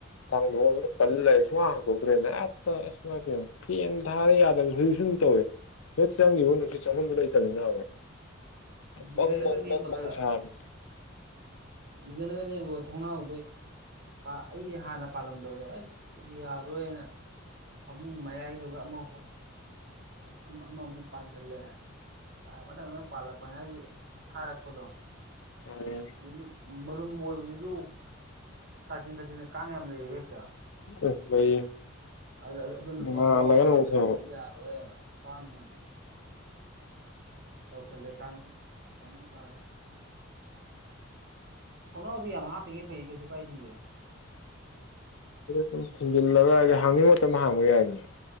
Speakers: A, on the left; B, on the right.
A: ꯀꯥꯡ ꯗꯣꯟ ꯗꯨꯅ ꯄꯜꯂꯩ ꯁꯨꯍꯥꯡ ꯍꯥꯡꯗꯣꯛꯇ꯭ꯔꯦꯅꯦ ꯍꯦꯇ ꯏꯁ ꯏꯃꯥꯏꯄꯦꯝ ꯐꯦꯟ ꯊꯥꯔꯦ ꯌꯥꯗꯕ ꯍꯨꯏ ꯁꯨ ꯨꯗꯨꯝ ꯇꯧꯋꯦ ꯍꯦꯛ ꯆꯪꯉꯤꯕ ꯅꯨꯡꯁꯤꯠ ꯆꯪꯕꯝꯗꯨ ꯂꯩꯇꯕꯅꯤꯅꯕ
B: ꯖꯤꯒꯅꯒ
A: ꯕꯪ ꯕꯪ
B: ꯅꯦꯝꯃꯒ
A: ꯕꯪ ꯕꯪ ꯁꯥꯕꯤꯅꯤ
B: ꯖꯤꯒꯅꯒ ꯅꯦꯝꯃꯒ ꯊꯣꯅꯥꯎ ꯑꯩ ꯍꯥꯟꯅ ꯄꯥꯜꯂꯝꯗꯕꯅꯦ ꯑꯩ ꯁꯤꯗꯤ ꯌꯥꯔꯔꯣꯏꯅ ꯐꯃꯨꯡ ꯃꯌꯥꯏꯗꯨꯒ ꯑꯃ ꯑꯃꯃꯨꯛ ꯄꯥꯟꯁꯤꯜꯂꯦ ꯀꯥꯏ ꯃꯊꯡ ꯃꯊ ꯄꯂꯛ ꯞꯅꯦ ꯍꯥꯏꯒꯤ ꯁꯥꯔꯛꯄꯗꯣ
A: ꯑꯦ
B: ꯑꯗꯒꯤ ꯃꯔꯨꯝ ꯀꯣꯏꯕꯗꯨꯁꯨ ꯀꯥꯆꯤꯟ ꯀꯥꯆꯤꯟꯗ ꯀꯥꯡ ꯌꯥꯝ ꯂꯩꯌꯦꯕ ꯍꯦꯛꯇ
A: ꯎ ꯂꯩꯌꯦ
B: ꯑ ꯑꯗꯨ ꯑꯗꯨꯅ ꯊꯣꯡ
A: ꯉꯥꯜꯂꯒꯅ
B: ꯉꯥꯎ ꯄꯥꯟꯁꯤꯟꯗ
A: ꯑꯃꯨꯛ ꯐꯕ
B: ꯌꯥꯔꯣꯏꯅ ꯀꯥꯡ ꯅꯨꯡ ꯇꯧꯁꯜꯂꯦ ꯇꯥꯡ ꯃꯥꯏ ꯄꯥꯔꯦ ꯊꯣꯡꯅꯥꯎꯗꯤ ꯌꯥꯝꯃ ꯍꯥꯞꯄꯤꯉꯩ ꯐꯩ ꯀꯩꯁꯨ ꯀꯥꯏꯗꯦ
A: ꯁꯨꯝ ꯊꯤꯟꯖꯤꯜꯂꯒꯏꯗꯤ ꯍꯥꯡꯅꯤꯡꯕ ꯃꯇꯝ ꯍꯥꯡꯕ ꯌꯥꯏꯗꯅ